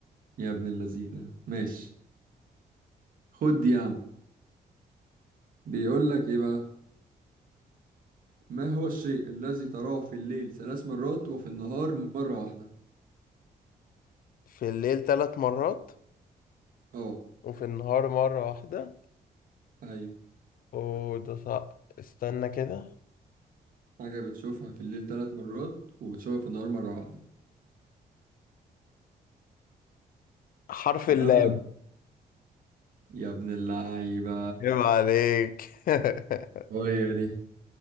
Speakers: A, on the right; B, on the left.
A: يا ابن اللذينة ماشي خد دي يا عم بيقول لك ايه بقى ما هو الشيء الذي تراه في الليل ثلاث مرات وفي النهار مرة واحدة
B: في الليل ثلاث مرات
A: اه
B: وفي النهار مرة واحدة
A: ايوه
B: وده صعب استنى كده
A: حاجة بتشوفها في الليل ثلاث مرات وبتشوفها في النهار مرة واحدة
B: حرف اللام
A: اه يا ابن اللعيبة
B: عيب عليك <laughs>
A: هي دي